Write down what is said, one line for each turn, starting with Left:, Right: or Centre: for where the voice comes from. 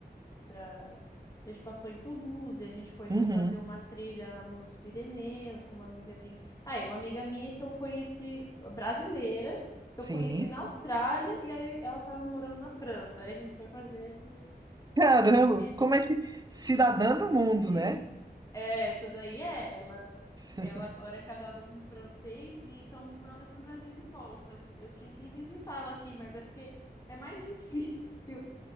Left: pra... A gente passou em Toulouse, a gente foi
Right: Uhum.
Left: no- fazer uma trilha nos Pirineus com uma amiga minha. Aí, uma amiga minha que eu conheci, brasileira, que
Right: Sim.
Left: eu conheci na Austrália, e aí ela tava morando na França. Aí a gente foi fazer esse,
Right: Caramba,
Left: esse,
Right: como é que. Cidadã
Left: essa
Right: do mundo,
Left: trilha.
Right: né?
Left: com- É, essa daí é ela.
Right: <laughs>
Left: Ela agora é casada com um francês e estão morando aqui no Brasil de volta. Eu tinha que visitá-la aqui, mas é porque é mais <laughs> difícil